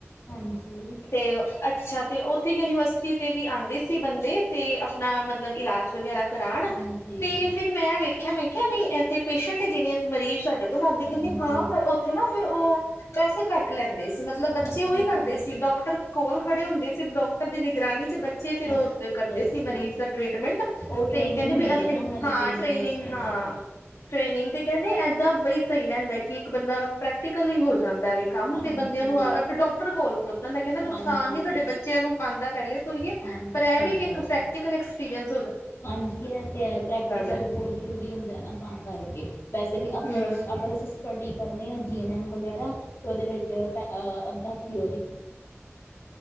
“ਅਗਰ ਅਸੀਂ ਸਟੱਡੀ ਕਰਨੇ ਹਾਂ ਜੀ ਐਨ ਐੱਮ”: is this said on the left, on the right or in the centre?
Left